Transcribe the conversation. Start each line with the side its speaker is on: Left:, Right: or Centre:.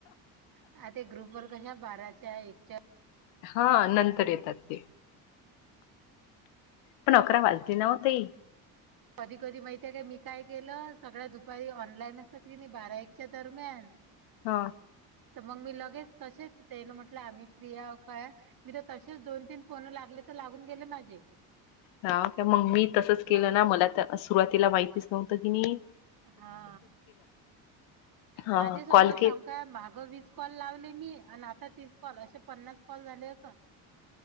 Right: आता ते ग्रुप वर कशा बाराच्या, एकच्या
Left: हा नंतर येतात ते पण अकरा वालते नाव्हतई.
Right: कधी कधी माहितीे का मी काय केलं, सगळ्या दुपारी ऑनलाईन असत की नाही बारा, एकच्या दरम्यान
Left: हा.
Right: तर मग मी लगेच तसेच तेल म्हटलं आम्ही प्रिया का मी तर तसेच दोन, तीन फोन लागले तर लागून गेले माझे.
Left: ह का मग मी तसंच केलं
Right: हा
Left: ना मला तर सुरवातीला माहितीच नव्हतं किणी
Right: हा
Left: हा
Right: माझे
Left: कॉल
Right: समजा
Left: के
Right: समका माघ वीस कॉल लावली मी आणि आता तीस कॉल असे पन्नास कॉल झाले अस